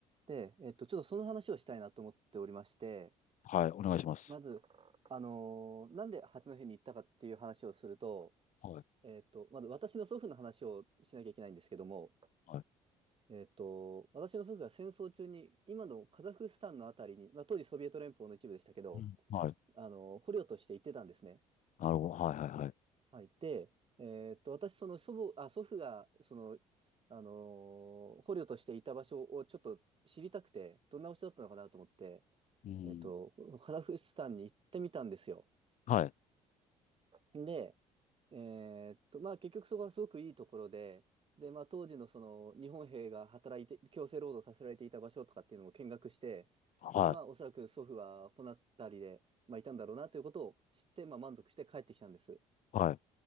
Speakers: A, on the right; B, on the left.
A: で、えっと、ちょっとその話をしたいなと思っておりまして、
B: はい、お願いします。
A: まず、あのーなんで八戸に行ったかっていう話をすると、
B: はい。
A: えっと、まず私の祖父の話をしなきゃいけないんですけども、
B: はい。
A: えっと、私の祖父が戦争中に、今のカザフスタンのあたりに、まあ、当時ソビエト連邦の一部でしたけど、
B: うん。はい。
A: あのー捕虜として行ってたんですね。
B: なるほど。はいはいはい。
A: はい、てえーっと、私、その祖母、あ、祖父が、その、あのー捕虜としていた場所をちょっと知りたくて、どんな場所だったのかなと思って、
B: うん。
A: えーっと、カザフスタンに行ってみたんですよ。
B: はい。
A: で、えーっと、まあ、結局そこはすごくいいところで、で、まあ、当時のその、日本兵が働いて、強制労働させられていた場所とかっていうのも見学して、
B: はい。
A: で、まあ、おそらく祖父はこの辺りで、まあ、いたんだろうなということを知って、まあ、満足して帰ってきたんです。
B: はい。